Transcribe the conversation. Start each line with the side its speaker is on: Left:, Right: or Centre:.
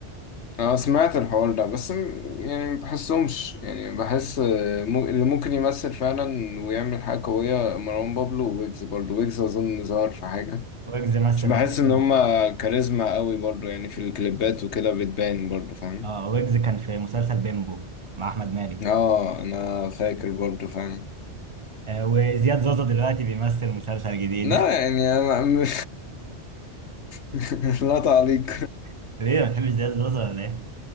Left: اه سمعت الحوار ده بس م- يعني ما بحسهمش يعني بحس آه، مو- اللي ممكن يمثل فعلا ويعمل حاجه قويه مروان بابلو وويجز برضه ويجز اظن ظهر في حاجه
Right: ويجز مثل
Left: مش بحس
Right: مسلسل
Left: ان هما كاريزما قوي برضو يعني في الكليبات وكده بتبان برضو فاهم
Right: اه ويجز كان في مسلسل بيمبو مع احمد مالك
Left: اه انا فاكر برضو فعلا
Right: آه وزياد زوزو دلوقتي بيمثل مسلسل جديد
Left: لا يعني انا م- <laughs> لا تعليق
Right: <laughs> ليه ما بتحبش زياد زوزو ولا ايه؟